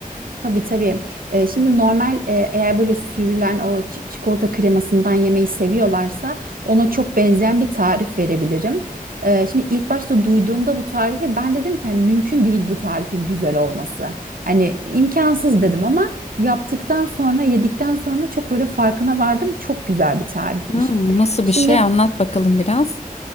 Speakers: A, on the right; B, on the left.
A: Tabii tabii. Ee, şimdi normal e, eğer böyle sürülen o çi- çikolata kremasından yemeyi seviyorlarsa ona çok benzeyen bir tarif verebilirim. Ee, şimdi ilk başta duyduğumda bu tarifi ben dedim ki hani mümkün değil bu tarifin güzel olması. Hani imkansız dedim ama yaptıktan sonra yedikten sonra çok böyle farkına vardım. Çok güzel bir tarifmiş.
B: Hmm, nasıl
A: Şimdi
B: bir şey? Anlat bakalım biraz.